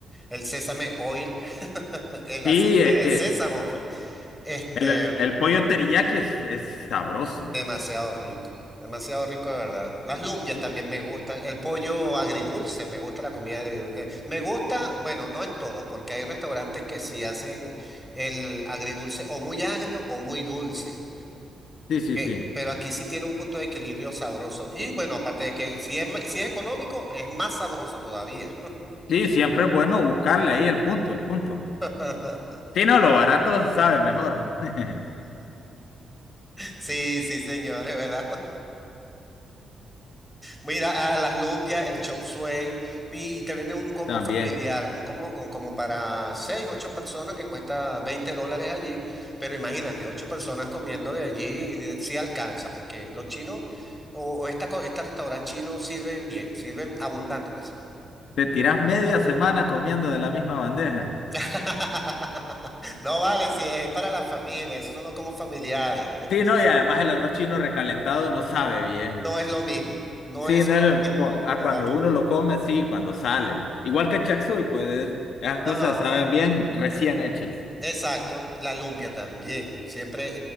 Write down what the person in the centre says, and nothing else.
el sésame oil, <laughs> el
aceite
de sésamo, pues. Este.
Demasiado rico, demasiado rico de verdad. Las lumpias también me gustan, el pollo agridulce, me gusta la comida agridulce. me gusta, bueno, no en todos, porque hay restaurantes que sí hacen el agridulce o muy agrio o muy dulce.
Eh,
pero aquí sí tiene un punto de equilibrio sabroso. Y bueno, aparte de que si es, ma- si es económico, es más sabroso todavía.
<laughs>
Sí, sí, señores, ¿verdad? Mira, a las lumpias, el chop suey, y, y te venden un combo
familiar, un combo un como para seis, ocho personas que cuesta 20 dólares allí, pero imagínate, ocho personas comiendo de allí, de- sí alcanza, porque los chinos o, o esta, co- este restaurante chino sirven bien, sirven abundante, pues.
<laughs> No vale, si es para la familia, esos son los combos familiares. <laughs>
No es lo mismo, no
es
lo
mismo,
de
verdad que
no.
ajá
Exacto, la lumpia también. Siempre, eh,